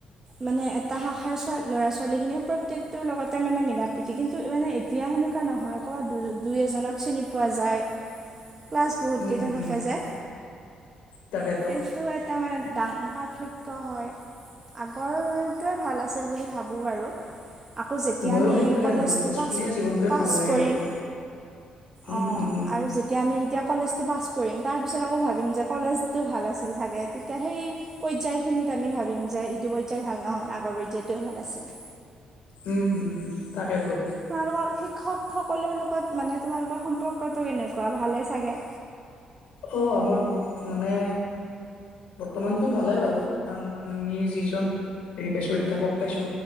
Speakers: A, on the right; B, on the left.
A: মানে এটা শাখাৰ ল'ৰা- ছোৱালীখিনি প্ৰত্যেক তোৰ লগতে মানে মিলা - প্ৰীতি কিন্তু মানে এতিয়া সেনেকুৱা নহয় ক'ৰবাত দু দুই এজনক চিনি পোৱা যায়। ক্লাছ বহুত
B: উম উম
A: কেইটা থাকে
B: উম
A: যায়
B: তাকেতো
A: এইটো তাৰ মানে ডাং পাৰ্থক্য হয়। আগৰটোৱে ভাল আছিল বুলি ভাবোঁ বাৰু। আকৌ যেতিয়া
B: ময়ো
A: আমি
B: সেইটোৱে
A: কলেজটো
B: ধৰ স্কুলীয়া
A: পাছ
B: জীৱনটোৱে
A: পাছ
B: ভাল লাগে
A: কৰিম
B: আৰু উম
A: অ
B: উম উম
A: আৰু যেতিয়া আমি এতিয়া কলেজটো পাছ কৰিম তাৰপিছত আকৌ ভাবিম যে কলেজটো ভাল আছিল চাগে, তেতিয়া সেই পৰ্যায়খিনিত আমি ভাবিম। পৰ্যায় এইটো পৰ্যায় ভাল নহয় আগৰ পৰ্যায়টোৱে ভাল আছিল।
B: উম উম উম তাকেইতো।
A: তোমালোকৰ শিক্ষকসকলৰ লগত মানে তোমালোকৰ সম্পৰ্কটো কেনেকুৱা ভালে চাগে?
B: অঁ আমাৰ মানে বৰ্তমানতো ভালে বাৰু কাৰণ আমি যিজন হেৰি পাইছো অধ্যাপক পাইছো